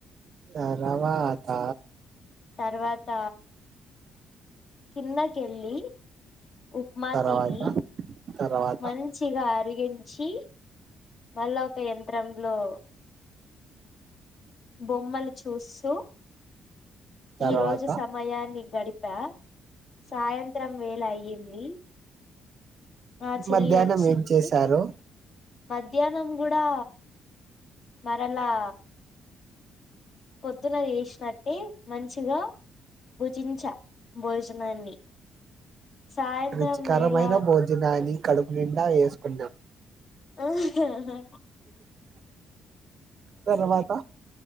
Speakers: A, on the right; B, on the left.
A: తరవాత
B: తర్వాత కిందకి ఎళ్ళి ఉప్మాతిని
A: తర్వాత తర్వాత
B: మంచిగా అరిగించి మళ్ళా ఒక యంత్రంలో బొమ్మలు చూస్తూ
A: తర్వాత
B: ఈ రోజు సమయాన్ని గడి పా సాయంత్రం వేల అయ్యింది మా చెల్లి
A: మధ్యాహ్నం
B: ఓచ్చింది
A: ఏం చేశారు
B: మధ్యానం కూడా మరలా పొద్దున్న చేసినట్టే మంచిగా భుజించ భోజనాన్ని సాయంత్రం
A: రుచికరమైన
B: వేళ
A: భోజనాన్ని కడుపు నిండా ఎసుకున్నావ్
B: ఆాా
A: తర్వాత